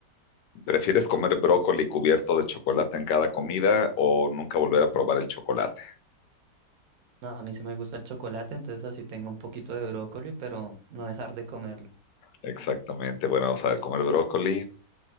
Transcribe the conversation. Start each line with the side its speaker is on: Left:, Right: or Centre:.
Left: ¿prefieres comer brócoli cubierto de chocolate en cada comida o nunca volver a probar el chocolate?
Right: No, a mí sí me gusta el chocolate, entonces así tengo un poquito de brócoli, pero no dejar de comerlo.
Left: Exactamente, bueno, vamos a ver, comer brócoli